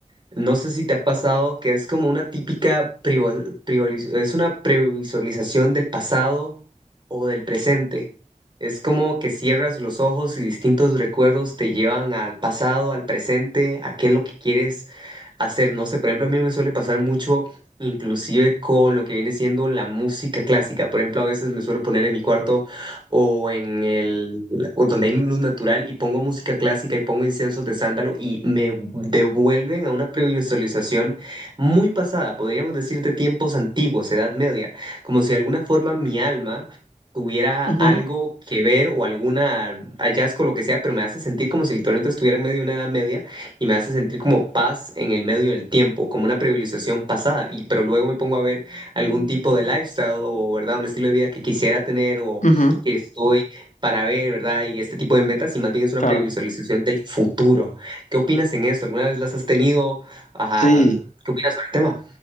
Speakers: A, on the right; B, on the left.
A: No sé si te ha pasado que es como una típica privo- privoliz- es una previsualización del pasado o del presente. Es como que cierras los ojos y distintos recuerdos te llevan al pasado, al presente, a qué es lo que quieres hacer. No sé, por ejemplo, a mí me suele pasar mucho, inclusive con lo que viene siendo la música clásica. Por ejemplo, a veces me suelo poner en mi cuarto o en el, o donde hay luz natural y pongo música clásica y pongo inciensos de sándalo y me devuelven a una previsualización muy pasada, podríamos decir de tiempos antiguos, Edad Media, como si de alguna forma mi alma tuviera
B: Ujú,
A: algo que ver o alguna hallazgo, lo que sea, pero me hace sentir como si literalmente estuviera en medio de una edad media y me hace sentir como paz en el medio del tiempo, como una privilegiación pasada, y pero luego me pongo a ver algún tipo de lifestyle o, ¿verdad?, un estilo de vida que quisiera tener o
B: ujú,
A: que estoy para ver, ¿verdad? Y este tipo de metas, y más bien es una
B: claro.
A: previsualización del futuro. ¿Qué opinas en esto? ¿Alguna vez las has tenido? Ajá,
B: Sí,
A: ¿Qué opinas sobre el tema?